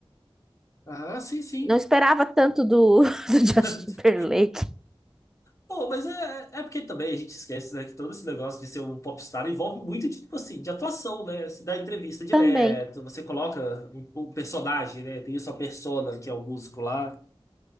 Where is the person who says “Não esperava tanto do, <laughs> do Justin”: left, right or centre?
Centre